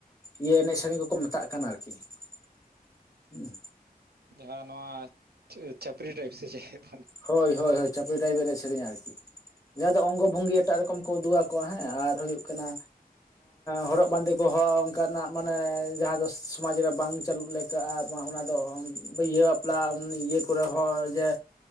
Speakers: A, on the left; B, on the right.
A: ᱤᱭᱟᱹ ᱮᱱᱮᱡ ᱥᱮᱨᱮᱧ ᱠᱚᱠᱚ ᱢᱮᱛᱟᱜ ᱠᱟᱱᱟ ᱟᱨᱠᱤ ᱾ ᱦᱩᱸ
B: ᱡᱟᱦᱟᱸ ᱱᱚᱣᱟ ᱪᱟᱹᱯᱨᱤ ᱴᱟᱭᱤᱯ ᱥᱮ ᱪᱮᱫ?
A: ᱦᱚᱭ ᱦᱚᱭ, ᱦᱚᱭ ᱪᱷᱟᱯᱨᱤ ᱰᱟᱭᱤᱵ ᱮᱱᱮᱡ ᱥᱮᱨᱮᱧ ᱟᱨᱠᱤ, ᱱᱚᱣᱟ ᱫᱚ ᱚᱝᱜᱚ ᱵᱷᱚᱝᱜᱤ ᱮᱴᱟᱜ ᱨᱚᱠᱚᱢ ᱠᱚ ᱩᱫᱩᱜᱼᱟ ᱾ ᱦᱮᱸ <unintelligible> ᱟᱨ ᱦᱩᱭᱩᱜ ᱠᱟᱱᱟ ᱦᱚᱨᱚᱜ ᱵᱟᱸᱫᱮ ᱾ ᱜᱚᱦᱚ ᱚᱱᱠᱟᱱᱟᱜ ᱢᱟᱱᱮ ᱡᱟᱦᱟᱸ ᱫᱚ ᱥᱚᱢᱟᱡᱽ ᱨᱮ ᱵᱟᱝ ᱪᱟᱹᱞᱩᱜ ᱞᱮᱠᱟᱼᱟ, ᱵᱟᱝ ᱚᱱᱟᱫᱚ ᱤᱭᱟᱹᱼᱼ ᱞᱟ ᱤᱭᱟᱹ ᱠᱚᱨᱮᱼᱼ ᱱᱚᱜᱼᱚᱭ ᱡᱮ